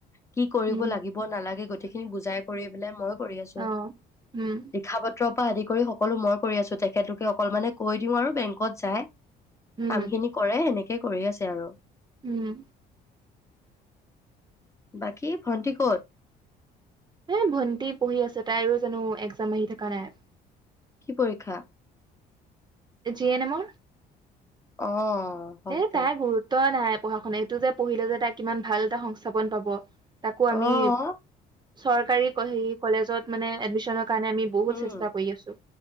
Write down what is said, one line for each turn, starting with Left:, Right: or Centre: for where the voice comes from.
Left: কি কৰিব
Right: উম
Left: লাগিব নালাগে গোটেইখিনি বুজাই কৰি পেলাই মই। আছো
Right: অহ উম।
Left: লিখা পত্ৰৰ পৰা আদি কৰি সকলো মই কৰি আছোঁ তেখেতলোকে অকল মানে কৈ দিওঁ আৰু বেংকত যায়।
Right: উম
Left: কাম খিনি কৰে সেনেকে। এ কৰি আছে আৰু।
Right: উম।
Left: বাকী? ভণ্টি ক'ত?
Right: এ ভন্টি পঢ়ি আছে তাইৰো জানোঁ এক্জাম আহি থকা নাই।
Left: কি পৰীক্ষা?
Right: জি এন এমৰ।
Left: অ হওক
Right: এ
Left: দে।
Right: তাই গুৰুত্ব‌ই নাই। পঢ়া শুনা এইটো যে পঢ়িল যে তাই কিমান ভাল এটা সংস্থাপন পাব। তাকো
Left: অ'
Right: আমি চৰকাৰী হেৰি কলেজত মানে এডমিশ্যনৰ কাৰণে আমি বহুত
Left: উম,
Right: চেষ্টা কৰি আছোঁ।